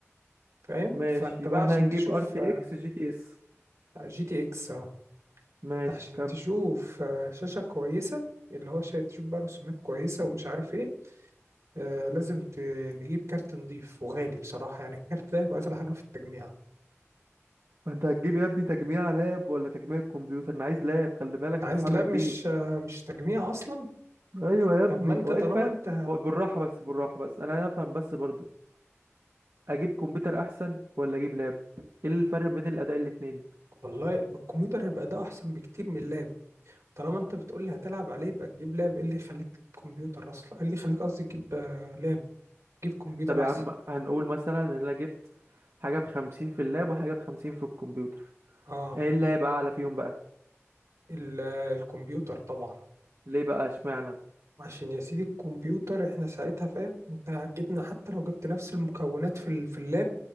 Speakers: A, on the right (about 85°); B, on the right (about 65°).
A: فاهم
B: ماشي
A: فانت
B: يبقى
A: بقى
B: احنا
A: عشان
B: هنجيب
A: تشوف
B: ار تي اكس جي تي اس
A: جي تي اكس اه GTA اهو،
B: ماشي
A: عشان
B: كمل
A: تشوف آه، شاشة كويسة اللي هو شا- تشوف بقى رسومات كويسة ومش عارف ايه آه لازم ت- نجيب كارت نضيف وغالي بصراحة يعني الكارت ده يبقى أغلى حاجة في التجميعة
B: انت هتجيب يا ابني تجميع لاب ولا تجميع كمبيوتر انا عايز لاب خلي بالك
A: انت
B: عشان
A: عايز
B: اتحرك
A: لاب
B: بيه
A: مش آه مش تجميع أصلا
B: ايوه يا ابني
A: طب ما انت
B: هو
A: طالما
B: ايه الفرق
A: انت
B: هو بالراحه بس بالراحه بس انا افهم بس برضو اجيب كمبيوتر احسن ولا اجيب لاب ايه الفرق بين الاداء الاتنين
A: والله الكمبيوتر هيبقى ده أحسن بكتير من اللاب طالما انت بتقول لي هتلعب عليه يبقى تجيب لاب ايه اللي يخليك تجيب كمبيوتر أصلا ايه اللي يخليك قصدي تجيب آه، لاب تجيب كمبيوتر
B: طب يا
A: أحسن
B: عم هنقول مثلا ان انا جبت حاجه بخمسين في اللاب وحاجه بخمسين في الكمبيوتر
A: اه
B: ايه اللي هيبقى اعلى فيهم بقى
A: ال- الكمبيوتر طبعا
B: ليه بقى اشمعنى
A: عشان يا سيدي الكمبيوتر احنا ساعتها فاهم انت هتجيبنا حتى لو جبت نفس المكونات في ال- في اللاب